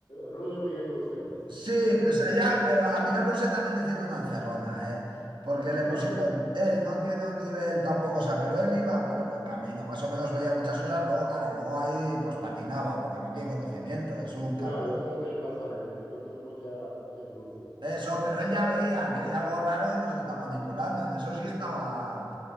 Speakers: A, on the left; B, on the right.
A: rollo Miguel Bosé.
B: Sí, o sea, ya, pero a Miguel Bosé también le hicieron una encerrona, ¿eh? Porque le pusieron,
A: Ah, sí,
B: él no tiene un nivel tampoco, o sea, pero él iba por el buen camino, más o menos veía muchas cosas, luego, claro, luego ahí pues patinaba, porque no tiene conocimiento, es un
A: claro,
B: cantante.
A: eso es lo que le pasa a él, que no tiene mucha, muchas luces.
B: Eso, pero él ya veía que hay algo raro y nos está manipulando, en eso sí estaba,